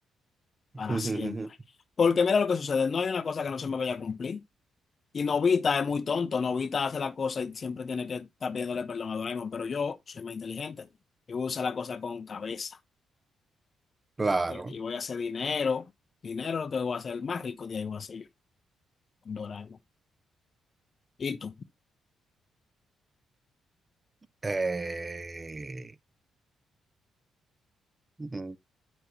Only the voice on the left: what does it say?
Para siempre. Porque mira lo que sucede, no hay una cosa que no se me vaya a cumplir. Y Novita es muy tonto, Novita hace la cosa y siempre tiene que estar pidiéndole perdón a Doraemon, pero yo soy más inteligente y voy a usar la cosa con cabeza.
¿entiendes? Y voy a hacer dinero, dinero lo que voy a hacer, el más rico de ahí voy a ser yo, con Doraemon. ¿Y tú?